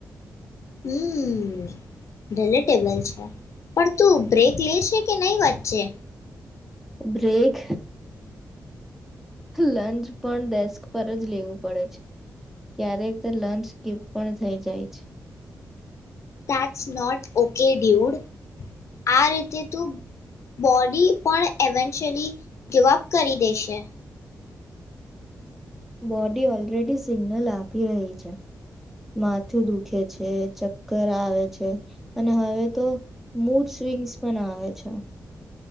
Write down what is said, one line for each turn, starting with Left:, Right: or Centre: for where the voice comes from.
Left: હમ્મ, ડેલેટેબલ છે. પણ તું બ્રેક લે છે કે નય વચ્ચે?
Centre: બ્રેક, લંચ પણ ડેસ્ક પર જ લેવું પડે છે. ક્યારેક તો લંચ સ્કીપ પણ થઈ જાય છે.
Left: That's not okay dude. આ રીતે તું બોડી પણ એવેન્શ્યલી ગિવઅપ કરી દેશે.
Centre: બોડી ઓલરેડી સિગ્નલ આપી રહ્યુ છે. માથું દુખે છે, ચક્કર આવે છે અને હવે તો મૂડ સ્વિંગ્સ પણ આવે છે.